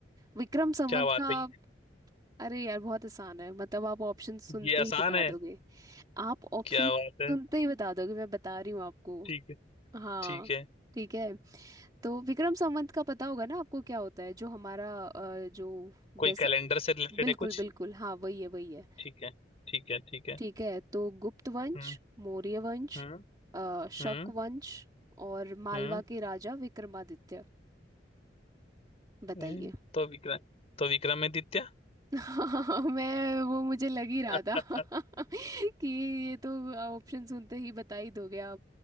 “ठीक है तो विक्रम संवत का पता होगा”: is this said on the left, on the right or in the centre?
Right